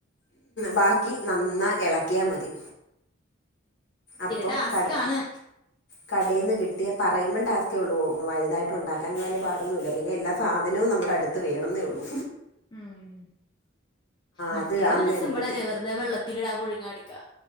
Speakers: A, on the left (about 60°); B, on the left (about 25°).
A: ബാ ക്കി നന്നാ എളക്കിയാ മതി അപ്പം
B: ടാസ്ക്
A: ക
B: ആണ്
A: കടേന്ന് കിട്ടിയ പറയിമ്പം ടാസ്ക്കേയുള്ളൂ വലുതായിട്ട് ഉണ്ടാക്കാൻ വലിയ പാടൊന്നുല്ല പിന്നെ എല്ലാ സാധനവും നമ്മുടെ അടുത്ത് വേണംന്നേയുള്ളൂ
B: ഉം മറ്റേത്
A: അത് അന്നേരപ്പത്തെ
B: പിന്നെ സിംമ്പിളല്ലേ വെറുതെ വെള്ളത്തിലിടാ പുഴുങ്ങാ ഇട്ക്കാ